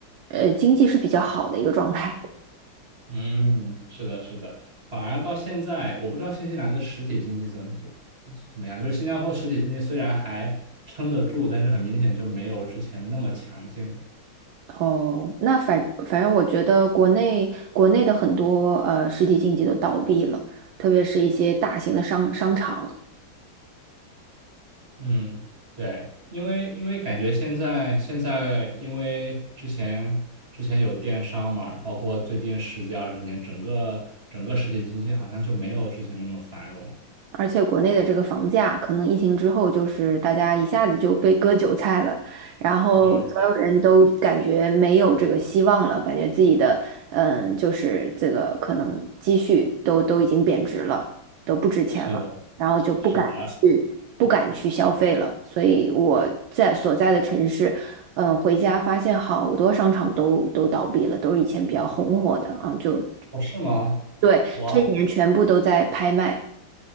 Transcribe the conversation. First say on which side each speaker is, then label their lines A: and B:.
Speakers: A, on the right; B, on the right.
A: 呃，经济是比较好的一个状态。
B: 嗯，是的，是的，反而到现在，我不知道新西兰的实体经济怎怎怎么样，就是新加坡实体经济虽然还撑得住，但是很明显就没有之前那么强劲了。
A: 哦，那反反正我觉得国内国内的很多呃实体经济都倒闭了，特别是一些大型的商商场，
B: 嗯，对，因为因为感觉现在现在因为之前之前有电商嘛，包括最近十几二十年，整个整个实体经济好像就没有之前那么繁荣了。
A: 而且国内的这个房价，可能疫情之后就是大家一下子就被割韭菜了，然后所有人都感觉没有这个希望了，
B: 嗯，对，
A: 感觉自己的嗯，就是这个可能积蓄都都已经贬值了，都不值钱了，
B: 是的，
A: 然后就不敢去不敢去消费了。
B: 是的。
A: 所以我在所在的城市，嗯，回家发现好多商场都都倒闭了，都是以前比较红火的嗯，就
B: 哦，是吗？
A: 对，
B: 哇，
A: 这一年全部都在拍卖，